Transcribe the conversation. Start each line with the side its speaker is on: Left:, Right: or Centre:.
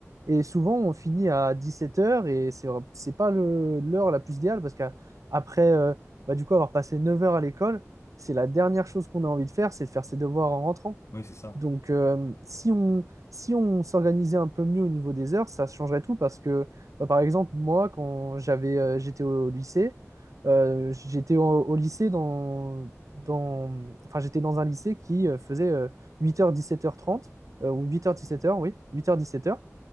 Right: et souvent on finit à dix sept heures et c'est, c'est pas le, l'heure la plus idéale parce qu'après, euh, bah, du coup, avoir passé 9 heures à l'école, c'est la dernière chose qu'on a envie de faire, c'est de faire ses devoirs en rentrant.
Left: Oui, c'est ça.
Right: Donc, euh, si on, si on s'organisait un peu mieux au niveau des heures, ça changerait tout parce que, bah, par exemple, moi, quand j'avais, euh, j'étais au, au lycée, euh, j'étais au, au lycée dans, dans, enfin, j'étais dans un lycée qui euh, faisait heures dix sept heures trente euh, ou huit heures dix sept heures oui, huit heures dix sept heures